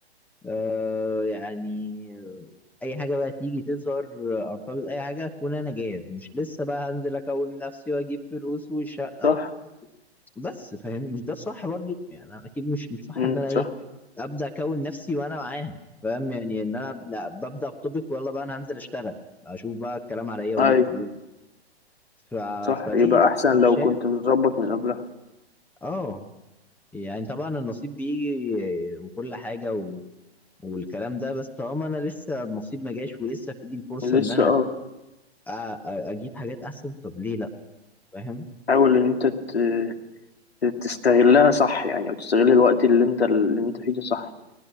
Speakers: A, in the centre; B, on the left.
A: آه يعني آه، اي حاجه بقى تيجي تظهر آه، ارتبط اي حاجه اكون انا جاهز مش لسه بقى هنزل اكون نفسي واجيب فلوس وشقه
B: صح
A: بس فاهم مش ده الصح برضو يعني انا اكيد مش مش صح
B: امم
A: ان انا ايه
B: صح
A: ابدا اكون نفسي وانا معاها فاهم يعني ان انا لا، ببدا اخطبك ويلا بقى انا هنزل اشتغل اشوف بقى الكلام على ايه واجيب
B: ايوه
A: فلوس ف...
B: صح
A: فليه
B: يبقى
A: لا
B: احسن
A: انا
B: لو
A: شايف
B: كنت مظبط من قبلها
A: اه يعني طبعا النصيب بيجي وكل حاجه وال... والكلام ده بس طالما انا لسه النصيب ما جاش ولسه في ايدي الفرصه
B: لسه
A: ان انا
B: اه
A: أ... أ- اجيب حاجات احسن طب ليه لا فاهم
B: حاول ان انت ت- تستغلها صح يعني او تستغل الوقت اللي انت اللي انت فيه ده صح